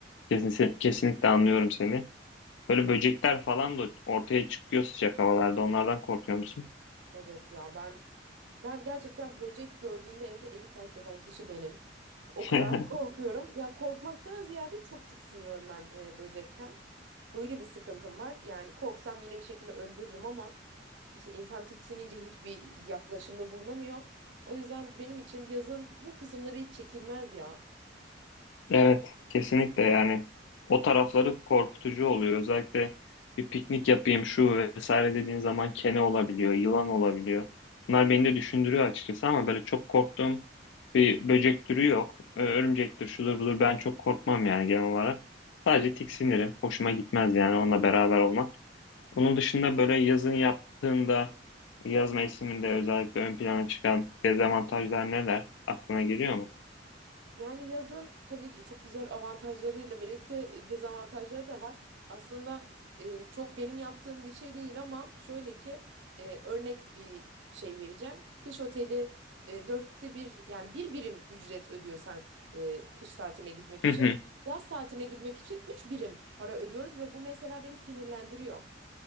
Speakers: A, on the left; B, on the right.
A: Kesin, kesinlikle anlıyorum seni. Böyle böcekler falan da ortaya çıkıyor sıcak havalarda. Onlardan korkuyor musun?
B: Evet ya ben ben gerçekten böcek gördüğünde evde evi terk eden kişi benim. O
A: <laughs>
B: kadar <laughs> korkuyorum. Ya korkmaktan ziyade çok tiksiniyorum ben e, böcekten. Öyle bir sıkıntım var. Yani korksam yine bir şekilde öldürürüm ama işte insan tiksinince hiçbir yaklaşımda bulunamıyor. O yüzden benim için yazın bu kısımları hiç çekilmez ya.
A: Evet, kesinlikle yani o tarafları korkutucu oluyor. Özellikle bir piknik yapayım şu vesaire dediğin zaman kene olabiliyor, yılan olabiliyor. Bunlar beni de düşündürüyor açıkçası ama böyle çok korktuğum bir böcek türü yok. Ö- Örümcektir, şudur budur ben çok korkmam yani genel olarak. Sadece tiksinirim. Hoşuma gitmez yani onunla beraber olmak. Onun dışında böyle yazın yaptığında yaz mevsiminde özellikle ön plana çıkan dezavantajlar neler? Aklına geliyor mu?
B: Yani yazın tabii ki çok güzel avantajlarıyla birlikte e, dezavantajları da var. Aslında e, çok benim yaptığım bir şey değil ama şöyle ki e, örnek bir şey vereceğim. Kış oteli e, dörtte bir yani bir birim ücret ödüyorsan e, kış tatiline gitmek için.
A: Hı hı.
B: Yaz tatiline gitmek için 3 birim para ödüyoruz ve bu mesela beni sinirlendiriyor.